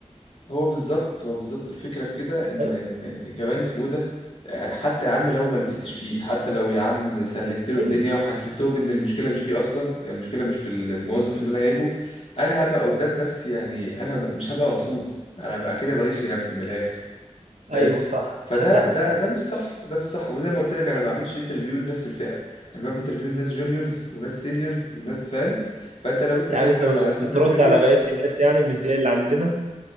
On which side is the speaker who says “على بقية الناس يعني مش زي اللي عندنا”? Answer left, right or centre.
Right